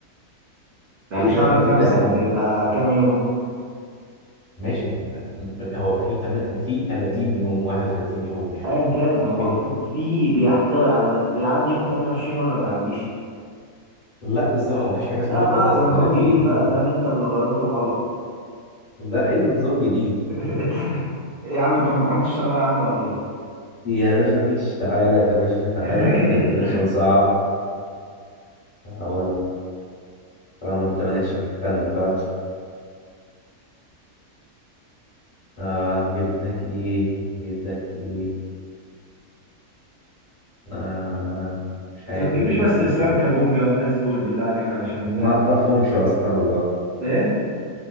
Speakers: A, on the right; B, on the left.
A: يعني
B: ايه ده
A: شهر
B: يا... لا
A: خمسة بيبقى كم يوم
B: ماشي مش- هو في تم... في 30 يوم 31 يوم مش
A: ايا كان
B: مش
A: هو
B: كده
A: في في بيحتوي على ده بيعدي يوم 28 ولا ما بيعديش
B: لا بس ما فيش حاجه
A: لا
B: اسمها كده
A: بقى
B: اصل
A: ده نظام
B: في
A: جديد
B: إيه؟
A: بقى فاهم انت اللي غ- انت اللي غلط
B: لا ايه النظام الجديد
A: <laughs> إيه يا عم انت ما امتحنتش ثانويه عامه ولا ايه
B: يا باشا ماشي تعالى يا باشا تعالى
A: <laughs>
B: اجيب لك سؤال صعب اقول طالما انت مالكش في الفن بقى آه نجيب لك ايه نجيب لك ايه آه مش
A: انت
B: عارف
A: ما تجيبليش
B: اجيب
A: بس
B: لك
A: اسلام
B: ايه طيب
A: كابونجا والناس دول بالله عليك علشان يعني
B: ما اعرفهمش
A: ايه
B: اصلا والله
A: إيه؟